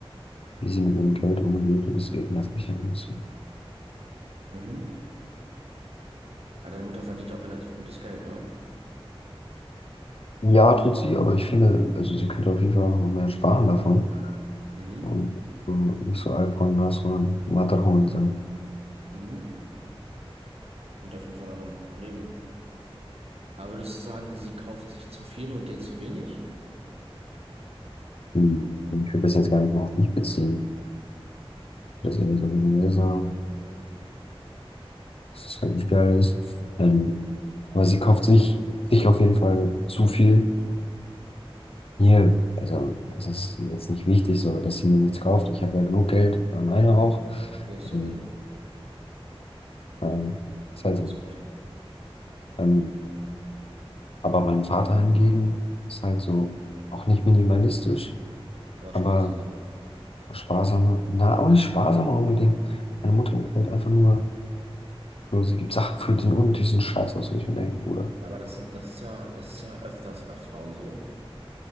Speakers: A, on the left; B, on the right.
A: wie sie mit ihrem Geld umgeht und deswegen nervt mich halt ein bisschen.
B: Mhm. Aber deine Mutter verdient ja auch relativ gutes Geld, ne?
A: Ja, tut sie, aber ich finde, also sie könnte auf jeden Fall auch noch mehr sparen davon
B: Mhm.
A: und ähm, nicht so Alphorn, Nashorn, Matterhorn sein.
B: Mhm. Klingt auf jeden Fall nach einem Problem. Aber würdest du sagen, sie kauft sich zu viel und dir zu wenig?
A: Hm, Ich will das jetzt gar nicht mal auf mich beziehen. Das ist eher so generell sagen, dass es halt nicht geil ist. Ähm, aber sie kauft sich, sich auf jeden Fall zu viel. Hier, also es ist jetzt nicht wichtig so, dass sie mir nichts kauft. Ich habe ja genug Geld alleine auch.
B: Okay, sorry.
A: Und, ähm, ist halt
B: Alles
A: so.
B: gut.
A: Ähm, aber mein Vater hingegen ist halt so auch nicht minimalistisch,
B: Aber
A: aber
B: sparsamer.
A: sparsamer. Na, auch nicht sparsamer unbedingt. Meine Mutter ist halt einfach nur so, sie gibt Sachen für den unnötigsten Scheiß aus, wo ich mir denke, Bruder.
B: Ja, Aber das sind, das ist ja, das ist ja öfters bei Frauen so.